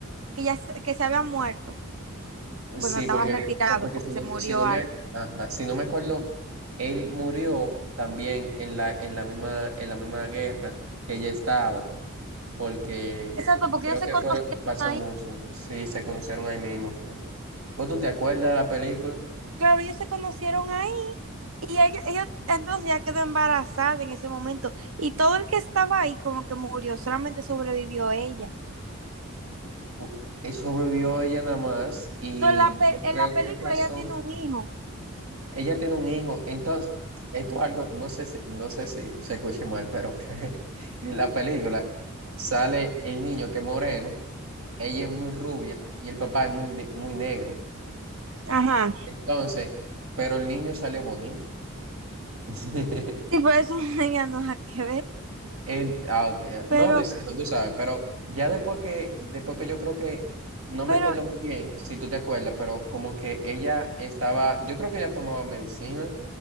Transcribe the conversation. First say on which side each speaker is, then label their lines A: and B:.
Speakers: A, on the right (about 70°); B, on the right (about 90°).
A: que ya se- que se había muerto.
B: Eh,
A: bueno,
B: Sí,
A: estaba
B: porque,
A: retirado
B: no, porque
A: porque
B: si
A: se
B: no,
A: murió
B: si no me,
A: ahí.
B: ajá, si no me acuerdo, él murió también en la, en la misma, en la misma guerra que ella estaba, porque
A: Exacto, porque
B: creo
A: ellos se
B: que
A: conocieron
B: fueron, pasa
A: ahí.
B: mucho. Sí, se conocieron ahí mismo. ¿Vos tú te acuerdas de la película?
A: Claro, ellos se conocieron ahí y ellos, ellos- entonces ya quedó embarazada en ese momento y todo el que estaba ahí como que murió, solamente sobrevivió ella.
B: U- eh, Sobrevivió ella nada más y
A: Entonces la pe-
B: yo creo
A: en la película
B: que pasó.
A: ella tiene un hijo.
B: Ella tiene un hijo, entonces, esto es algo, no sé si, no sé si se escuche mal, pero <laughs> que en la película sale el niño que es moreno, ella es muy rubia y el papá es muy, ne- muy negro.
A: Ajá.
B: Entonces, pero el niño salió bonito. <laughs>
A: Sí, por eso <laughs> ella no la que ver.
B: En- ah, ok, No
A: Pero,
B: diciendo, tú sabes, pero ya después que, después que yo creo que, no me
A: pero
B: acuerdo muy bien, si tú te acuerdas, pero como que ella estaba, yo creo que ella tomaba medicina